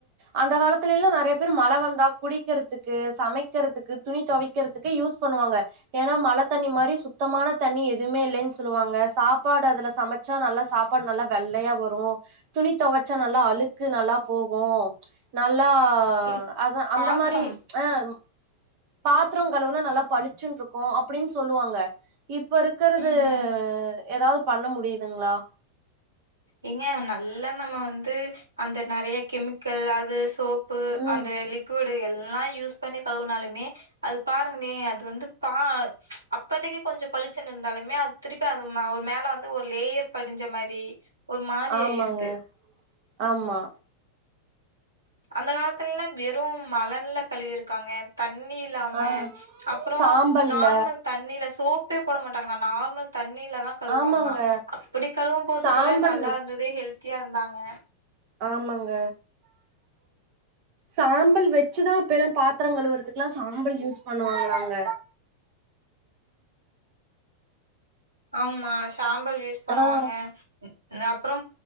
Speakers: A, on the right (about 45°); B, on the right (about 80°).
A: அந்த காலத்துல எல்லா நெறைய பேரு மழ வந்தா குடிக்கிறதுக்கு சமக்கிறதுக்கு துணி தொவிக் கிறதுக்கு யூஸ் பண்ணுவாங்க ஏன்னா மழத் தண்ணி மாரி சுத்தமான தண்ணீ எதுமே இல்லேன்னு சொல்லுவாங்க சாப்பாடு அதுல சமச் ச்சா நல்லா சாப்பாடு நல்லா வெள்ளையா வரு துணித் தொவச்சா நல்லா அழுக்கு நல்லா போகு நல்லா
B: இங்
A: அதா அந்த
B: பாத்திரம்
A: மாரி அம் பாத்ரோ கழுவுனா நல்லா பளிச்சுன்னு இருக்கு அப்டின்னு சொல்லுவாங்க இப்ப இருக்குறது
B: ம்
A: ஏதாவ்து பண்ண முடியுதுங்களா
B: ஏங்க நல்ல நம்ம வந்து அந்த நெறையா கெமிக்கல் அது சோப் பு
A: ம்
B: அந்த லிக்விடு எல்லா யூஸ் பண்ணி கழுவுனாலுமே அது பாருங்களே அது வந்து பா அப்பதைக்கீ கொஞ்சோ பளிச்சுன்னு இருந்தாலுமே அத் திருப்பி அந்த ம வ ஒரு மேல வந்து ஒரு லேயர் படிஞ்ச மாரி ஒரு மாரி
A: ஆம்மாங்க
B: ஆயிருது
A: ஆமா
B: அந்த காலத்துல எல்லா வெறும் மணல்ல கழுவிருக்காங்க தண்ணியில்லாம
A: ஆ
B: அப்றொ
A: சாம்பல்ல
B: நார்மல் தண்ணியில சோப் த்த போட மாட்டாங்களா நார்மல் தண்ணியில தா கழுவுவாங்களா
A: ஆமாங்க
B: அப்டி கழுவும் போது
A: சாம்பல்
B: கூட நல்லா
A: வச்சு
B: இருந்ததே ஹெல்த்தியா இருந்தாங்க
A: ஆமாங்க சாம்பல் வெச்சுதா அப்ப எல்லா பாத்ரோ கழுவுறதுக்கெல்லாம் சாம்பல் யூஸ் பண்ணுவாங்களாங்க
B: ஆம்மா சாம்பல் யூஸ் பண்ணுவாங்க
A: ஆ
B: அப்றோ